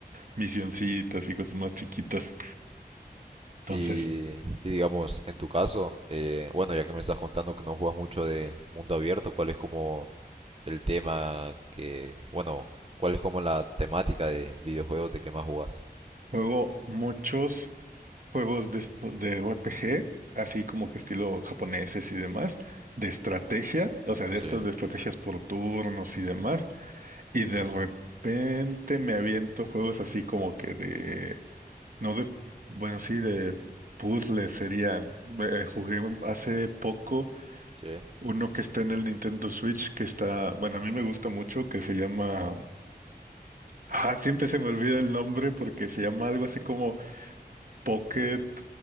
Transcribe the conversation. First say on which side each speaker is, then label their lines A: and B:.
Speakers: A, on the right (about 55°); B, on the right (about 35°).
A: misioncitas y cosas más chiquitas. Entonces,
B: Y, y digamos, en tu caso, eh, bueno, ya que me estás contando que no juegas mucho de mundo abierto, ¿cuál es como el tema que, bueno, cuál es como la temática de videojuegos de que más jugas?
A: juego muchos. juegos de, esto- de RPG, así como que estilo japoneses y demás, de estrategia, o sea, de
B: Sí,
A: estos de estrategias por turnos y demás, y de repente me aviento juegos así como que de, no de, bueno, sí, de puzzles serían. eh, Jugué hace poco
B: sí.
A: uno que está en el Nintendo Switch, que está, bueno, a mí me gusta mucho, que se llama... Ah, siempre se me olvida el nombre porque se llama algo así como Pocket.